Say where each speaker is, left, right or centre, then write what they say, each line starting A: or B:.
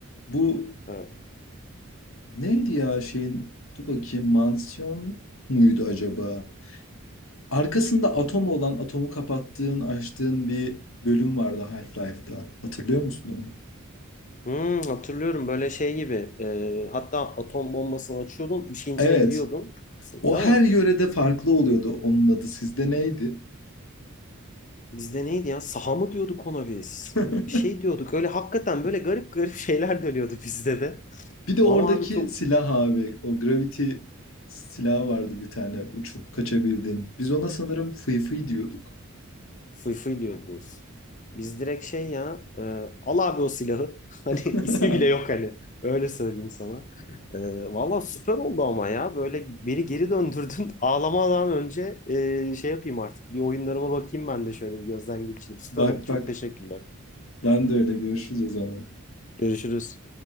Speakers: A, on the left (about 65°); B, on the left (about 35°).
A: Bu
B: Evet.
A: Neydi ya şeyin? Dur bakayım mansiyon muydu acaba? Arkasında atom olan atomu kapattığın, açtığın bir bölüm vardı Half-Life'da. Hatırlıyor musun onu?
B: Hmm, hatırlıyorum böyle şey gibi. E, hatta atom bombasını açıyordun. Bir şeyin
A: Evet.
B: içine giriyordun.
A: O
B: Değil
A: her
B: mi?
A: yörede farklı oluyordu onun adı. Sizde neydi?
B: Bizde neydi ya? Saha mı diyorduk ona biz?
A: <laughs>
B: E, Bir şey diyorduk. Öyle hakikaten böyle garip garip <laughs> şeyler dönüyordu bizde de.
A: Bir de oradaki
B: Ama abi çok
A: silah abi. O gravity silahı vardı bir tane. Uçup kaçabildin. Biz ona sanırım fıy fıy diyorduk.
B: Fıy diyordunuz. Biz direkt şey ya e, al abi o silahı. <laughs> Hani
A: <laughs>
B: ismi bile yok hani. Öyle söyleyeyim sana. E, valla süper oldu ama ya. Böyle beni geri döndürdün. <laughs> Ağlamadan önce e, şey yapayım artık. Bir oyunlarıma bakayım ben de şöyle bir gözden geçireyim. Süper
A: Bak
B: oldu. Çok
A: bak.
B: teşekkürler.
A: Ben de öyle. Görüşürüz o zaman.
B: Görüşürüz.